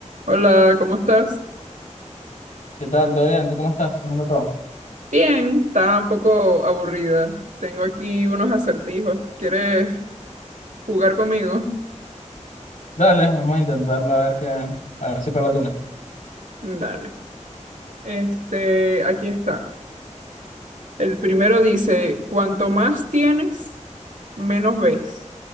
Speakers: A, on the right; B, on the left.
A: Hola, ¿cómo estás?
B: ¿Qué tal? ¿Todo bien? ¿Tú cómo estás? ¿Cómo anda todo?
A: Bien, está un poco aburrida. Tengo aquí unos acertijos. ¿Quieres jugar conmigo?
B: Dale, vamos a intentarlo a ver que, a ver si pego alguna.
A: Dale. Este, aquí está. El primero dice, cuanto más tienes, menos ves.